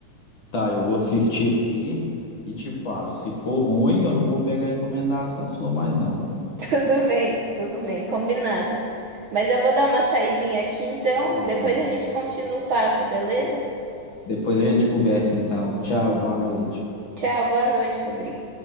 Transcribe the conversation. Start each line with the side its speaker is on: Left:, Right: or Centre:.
Left: tá, eu vou assistir aqui e te falo. Se for ruim, eu não vou pegar encomendação sua mais, não, viu?
Right: <laughs> Tudo bem, tudo bem, combinado. Mas eu vou dar uma saidinha aqui, então
Left: Tá
Right: depois
Left: bom.
Right: a gente continua o papo, beleza?
Left: Depois a gente conversa, então. Tchau, boa noite.
Right: Tchau, boa noite, Rodrigo.